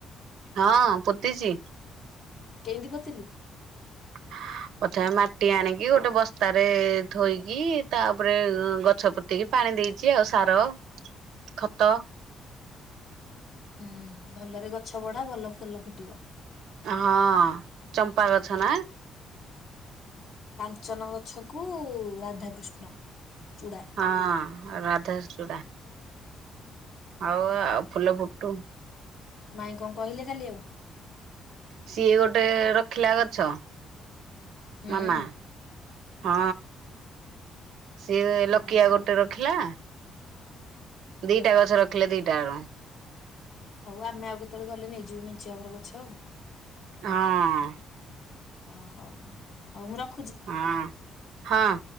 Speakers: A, on the right; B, on the left.
A: ହଁ ପୋତିଚି।
B: କେମିତି ପୋତିଲୁ
A: <unintelligible> ପ୍ରଥମେ ମାଟି ଆଣିକି ଗୋଟେ ବସ୍ତାରେ ଧୋଇକି ତାପରେ ଏ ଗଛ ପୋତିକି ପାଣି ପାଣି ଦେଇଛି ଆଉ ସାର ଖତ
B: ହୁଁ ଭଲରେ ଗଛ ବଢ଼ା ଭଲ ଫୁଲ ଫୁଟିବ।
A: ହଁ ଚମ୍ପା ଗଛ ନା?
B: କାଞ୍ଚନ ଗଛକୁ ରାଧାକୃଷ୍ଣ। ଚୂଡା
A: ହଁ ରାଧାଚୁଡା। ହଉ ଆଉ ଫୁଲ ଫୁଟୁ।
B: ମାଇଁ କଣ କହିଲେ କାଲି ଆଉ?
A: ସିଏ ଗୋଟେ ରଖିଲା ଗଛ।
B: ହୁଁ।
A: ମାମା ହଁ ସିଏ ଲକିଆ
B: ହଉ ଆଉ
A: ଗୋଟେ ରଖିଲା। ଦିଇଟା ଗଛ ରଖିଲେ ଦିଇଟାରୁ।
B: ହଉ ଆମେ ଆଉ କେତଳେ ଗଲେ ନେଇଯିବୁ ମେଞ୍ଚେ ହେବର ଗଛ ଆଉ।
A: ହଁ।
B: ଓ ହଉ ହଉ ହଉ ମୁଁ ରଖ
A: ହଁ ହଁ।